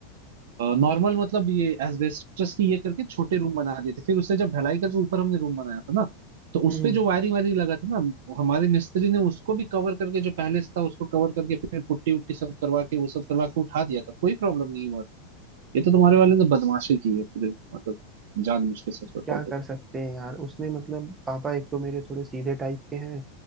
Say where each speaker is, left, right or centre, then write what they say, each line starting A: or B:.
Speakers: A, on the right (about 75°); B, on the right (about 20°).
A: नॉर्मल मतलब ये एस्बेस्टस की ये करके छोटे रूम बना दिए थे फिर उससे जब ढलाई करके ऊपर हमने रूम बनाया था ना तो उस
B: हम्म,
A: पे जो वायरिंग वायरिंग लगा था ना हमारे मिस्त्री ने उसको भी कवर करके जो पहले से था उसको कवर करके फिर पुट्टी उट्टी सब करवा के वो सब करवा के उठा दिया था कोई प्रॉब्लम नहीं हुआ था ये तो तुम्हारे वाले ने बदमाशी की है पूरे मतलब जानबूझ के सच बताओ
B: क्या
A: तो
B: कर सकते हैं यार उसने मतलब पापा एक तो मेरे थोड़े सीधे टाइप के हैं